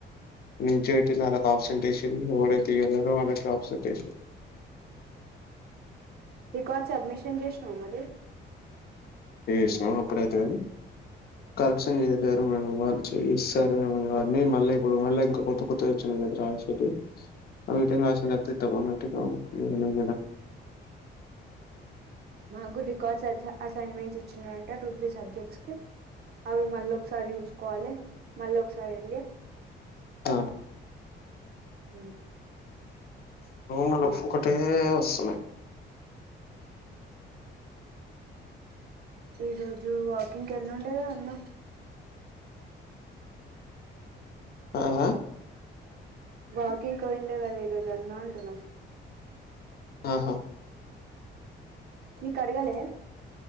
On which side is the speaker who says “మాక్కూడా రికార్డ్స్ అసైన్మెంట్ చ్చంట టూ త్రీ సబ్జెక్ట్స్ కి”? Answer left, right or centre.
Right